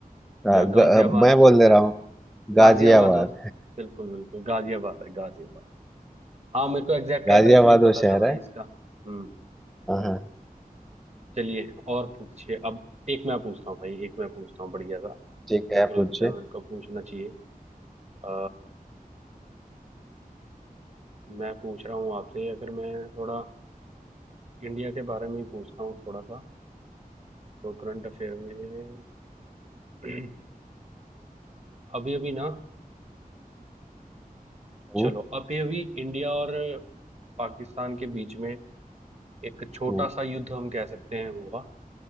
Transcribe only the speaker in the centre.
गा,
गा,
मैं
बोल
दे रहा
हूँ
गाजियाबाद
गाजियाबाद
वो शहर
है
हाँ हाँ
ठीक
है आप
पूछिए
हम्म
हम्म,